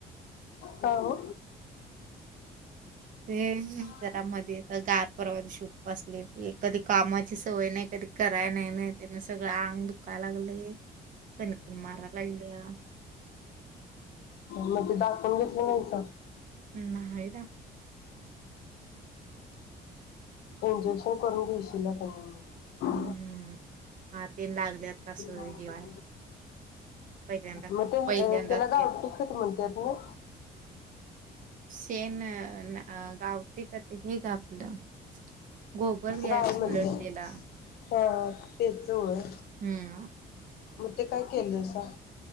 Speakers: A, on the left; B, on the right.
A: का हो
B: ते
A: <unintelligible> अ म
B: जरा मध्ये येतं गार परवा दिवशी उपवास लेली कधी कामाची सवय नाही, कधी कराय नाही, नाही त्यानं सगळं अंग दुखायला लागलंय. कणकण मारायला लागल्या.
A: मानजे बाकी स घेतलं नाहीच.
B: नाई दाख
A: इंजेक्शन करून घेशीला क नाई
B: हम्म. हात तेन लागल्यात असं
A: मग
B: हे व्हाय पहिल्यांदा
A: मग ते अ
B: पहिल्यांदाच
A: त्याला गावठी
B: केलं
A: खत म्हणत्यात नाई.
B: तेन ना अ गावटी का ते हे आपलं गोबरगॅस
A: गाय म्हटले
B: उलटलेला
A: हा तेच होय
B: हम्म.
A: मग ते काय केलसा?